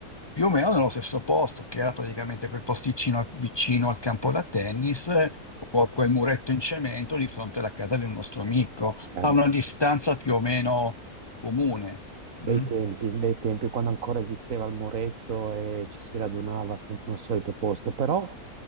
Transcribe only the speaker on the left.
più o meno nello stesso posto, che era praticamente quel posticino vicino al campo da tennis eh, o a quel muretto in cemento di fronte alla casa di un nostro amico,
a una distanza più o meno comune.
mm?